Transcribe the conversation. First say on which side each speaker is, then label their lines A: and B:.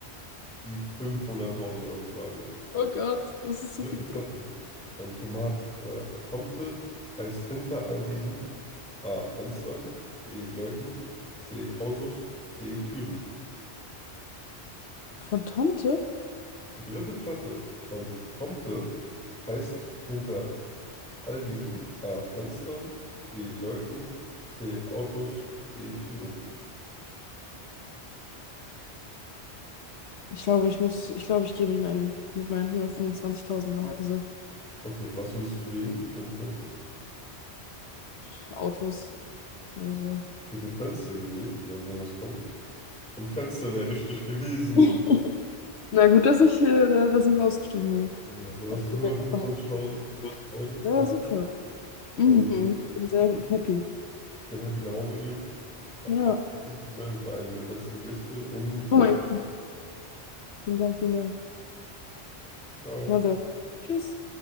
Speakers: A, in the centre; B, on the left.
A: Die 500.000 Euro Frage.
B: Oh Gott, das ist zu
A: Dritte
B: viel
A: Platte
B: Druck.
A: von Tomat äh, Tomte heißt hinter all diesen A. Fenstern, B. Leuten, C. Autos, D. Türen.
B: Von Tomte?
A: Die dritte Platte von Tomte heißt hinter All diesen A. Fenstern, B. Leuten, C. Autos, D. Türen.
B: Ich glaube, ich muss, ich glaube, ich gehe mit meinen, mit meinen 125.000 nach Hause.
A: Okay, was würdest du wählen, wenn du könntest?
B: Pff, Autos. oder so.
A: Ich hätte Fenster gewählt. Mal sehen, was kommt. Und Fenster wäre richtig gewesen.
B: <laughs> Na gut, dass ich, äh, da- dass ich ausgestiegen bin.
A: Ja, du
B: Weil
A: hast
B: Ich
A: die
B: will
A: 125.000
B: Geld noch behalten. will.
A: äh, 1000
B: Ja,
A: auch
B: super.
A: gut.
B: Mhm.
A: Und
B: Ich
A: äh,
B: bin sehr happy.
A: ich kann happy nach Hause gehen. Hat
B: Ja.
A: mich gefreut, hier zu sein. Sie war eine der besten Gäste. Und
B: Oh
A: auf
B: mein Gott. Vielen Dank, vielen Dank.
A: Ciao.
B: Na dann. Tschüss.